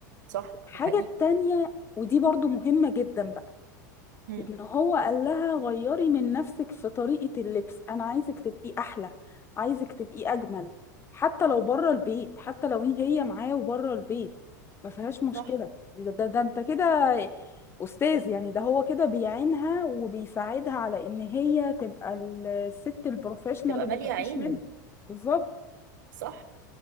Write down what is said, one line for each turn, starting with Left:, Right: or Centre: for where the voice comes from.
Right: صح
Left: الحاجة
Right: ده حقيقي
Left: التانية ودي برضو مهمة جدا بقى
Right: مم.
Left: ان هو قال لها غيري من نفسك في طريقة اللبس انا عايزك تبقي احلى عايزك تبقي اجمل حتى لو بره البيت حتى لو هي معاه وبره البيت ما فيهاش مشكلة
Right: صح
Left: ده, ده, ده انت كده استاذ يعني ده هو كده بيعينها وبيساعدها على ان هي تبقى الست البروفيشنال
Right: تبقى
Left: اللي
Right: ماليه
Left: ما فيش
Right: عينه
Left: منها بالظبط
Right: صح